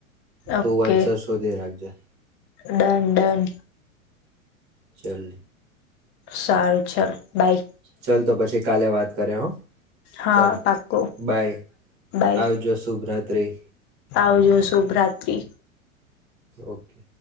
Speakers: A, on the right; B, on the left.
A: તું
B: ઓકે
A: આન્સર શોધી રાખજે.
B: Done done.
A: ચલ.
B: સારું. ચાલો બાય.
A: ચાલ તો પછી કાલે વાત કરે હો.
B: હા
A: ચાલ
B: પાક્કું
A: બાય
B: બાય
A: આવજો શુભ્રત ત્ત્રી.
B: આવજો શુભ રાત્રિ.
A: ઓકે.